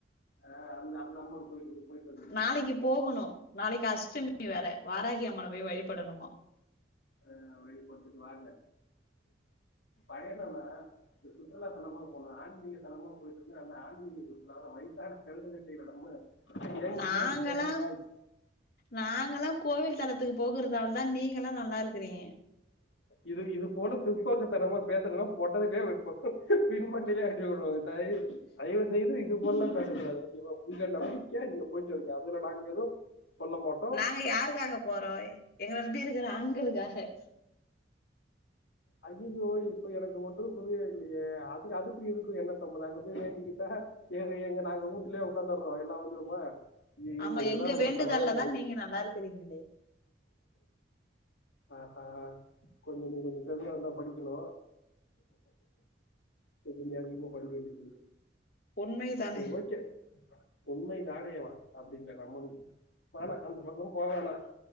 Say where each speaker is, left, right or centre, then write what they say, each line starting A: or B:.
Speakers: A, on the left; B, on the left.
A: ஆ அ அந்த அம்மன் கோவிலுக்கு போய்
B: நாளைக்கு போகணு நாளைக்கு அஷ்டமி வேற வாராகி அம்மன போய் வழிபடணுமா
A: ஆ வழி கொடுத்துட்டு வாங்க பைய சொன்னா இது சுற்றுலாத்தலமா போகணு ஆன்மீக தலமா போயிட்டு இருந்த அந்த ஆன்மீக சுற்றுலாவா வைசாக் கெழடு கட்டைகளா நம்ம யங்
B: நாங்கல்லா
A: கேர்ள்ஸ் யங் பாய்ஸ்
B: நாங்கல்லா கோவில் தளத்துக்கு போகுறதால தா நீங்க எல்லா நல்லா இருக்கிறீங்க
A: இது இது போல பிற்போக்கு தனமா பேசறதுலா பொடரிலே <unintelligible> பின் மண்டைலே அடி விழு தய் தயவுசெய்து இது ஒன்னு பேச கூடாது ஒகே ப்ரோ உங்க நம்பிக்க நீங்க போய்ட்டு வரிங்க அதுல நாங்க எதுவு சொல்ல மாட்
B: நாங்க யாருக்காக போறோ எங்கள நம்பி இருக்கிற ஆண்களுக்காக
A: ஐய்யய்யோ இப்ப எனக்கு ஒன்றும் புரியவில்லையே அது அதுக்கு இதுக்கும் என்ன சம்மந்தம் அங்க போய் வேண்டிக்கிட்டா எங்க எங்க நாங்க ஊட்டுலே உடக்காந்துட்றோ எல்லா வந்துருமா
B: ஆமா
A: இல்ல இதெல்லா
B: எங்க
A: ரொம்ப
B: வேண்டுதல்ல
A: தவறான
B: தா
A: இது
B: நீங்க நல்லா இருக்கிறீங்களே
A: ஆஹ கொஞ்ச நீங்க எம் டி ஆர் லா படிக்கணு நீ திரும்பி அதிகமா படிக் வேண்டிருக்கு
B: உண்மை தானே
A: செரி ‌ஒகே உண்மை தானேவா அப்டினு கேட்டா மு வேணா அந்த பக்கோ போவேணா